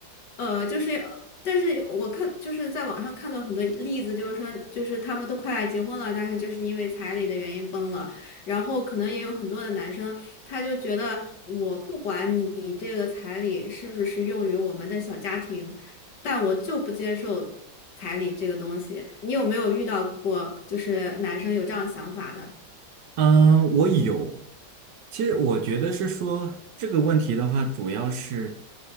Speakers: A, on the left (about 65°); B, on the right (about 70°).
A: 呃，就是但是我看就是在网上看到很多例子，就是说就是他们都快结婚了，但是就是因为彩礼的原因崩了。然后可能也有很多的男生，他就觉得我不管你这个彩礼是不是用于我们的小家庭，但我就不接受彩礼这个东西。你有没有遇到过就是男生有这样想法的？
B: 嗯，我有。其实我觉得是说这个问题的话，主要是，